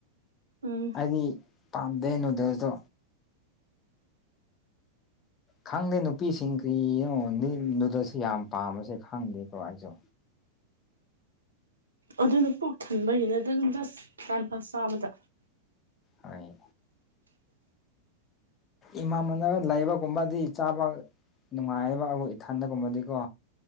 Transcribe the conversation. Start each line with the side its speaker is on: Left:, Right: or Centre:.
Right: ꯎꯝ
Left: ꯑꯩꯗꯤ ꯄꯥꯝꯗꯦ ꯅꯨꯗꯜꯁꯇꯣ ꯈꯪꯗꯦ ꯅꯨꯄꯤꯁꯤꯡ ꯀꯔꯤꯌꯣ ꯅꯤ ꯅꯨꯗꯜꯁꯁꯤ ꯌꯥꯝ ꯄꯥꯝꯕꯁꯦ ꯈꯪꯗꯦꯀꯣ ꯑꯩꯁꯨ
Right: ꯑꯗꯨꯅ ꯄꯨꯛ ꯊꯟꯕꯒꯤꯅꯦ ꯑꯗꯨ ꯗꯨꯝ ꯖꯁ ꯇꯥꯏꯝ ꯄꯥꯁ ꯆꯥꯕꯗ
Left: ꯍꯣꯏ ꯏꯃꯥ ꯃꯅ ꯂꯩꯕꯒꯨꯝꯕꯗꯤ ꯆꯥꯕ ꯅꯨꯉꯥꯏꯌꯦꯕ ꯑꯒꯣ ꯏꯊꯟꯗꯒꯨꯝꯕꯗꯤꯀꯣ